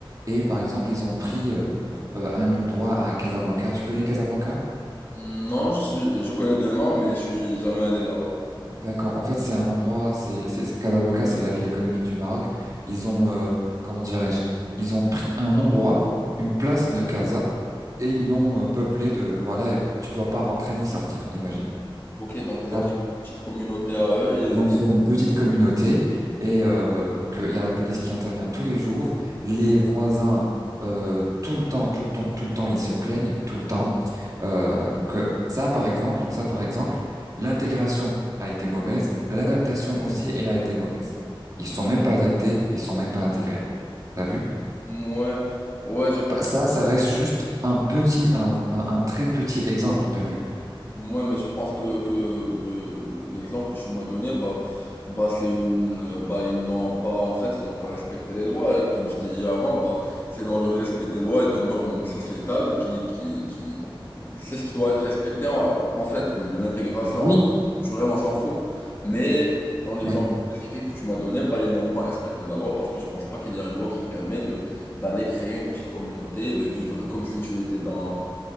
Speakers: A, on the right; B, on the left.
A: Et par exemple, ils ont pris euh, euh, un endroit à Casablanca. Tu connais Casablanca?
B: Non, je suis, je connais deux noms, mais je suis jamais allé là-bas.
A: D'accord. En fait, c'est un endroit, c'est c'est- Casablanca, c'est la ville économique du Maroc. Ils ont, euh, comment dirais-je, ils ont pris un endroit, une place de Casa. et ils l'ont euh, peuplé de, voilà, et tu dois pas rentrer ni sortir, imagine.
B: Ok, donc ils
A: Là,
B: ont créé une petite communauté à eux.
A: Ils ont créé
B: Ils...
A: une petite communauté et euh, donc euh, il y a la police qui intervient tous les jours, les voisins euh, tout le temps, tout le temps, tout le temps, ils se plaignent tout le temps. Euh,
B: Ouais,
A: donc euh, ça par exemple, ça par exemple, l'intégration a été mauvaise, l'adaptation aussi elle a été mauvaise. Ils sont même pas adaptés, ils sont même pas intégrés. T'as vu?
B: ouais, ouais, je pense.
A: Bah, Ça, ça reste juste un petit, un, un, un très petit exemple. T'as vu?
B: Moi, mais je pense que, que, que l'exemple que tu m'as donné, bah, bah, c'est une, euh, bah, ils n'ont pas, en fait, ils n'ont pas respecté les lois. Et Comme je t'ai dit avant, bah, c'est dans le respect des lois et des normes sociétales qui, qui, qui, c'est ce qui doit être respecté. En, en fait, l'intégration
A: Oui,
B: culturelle, on s'en fout. Mais dans l'exemple
A: oui.
B: spécifique que tu m'as donné, bah, ils n'ont pas respecté la loi parce que je pense pas qu'il y a une loi qui permet de, d'aller créer une petite communauté, de vivre comme si tu étais dans,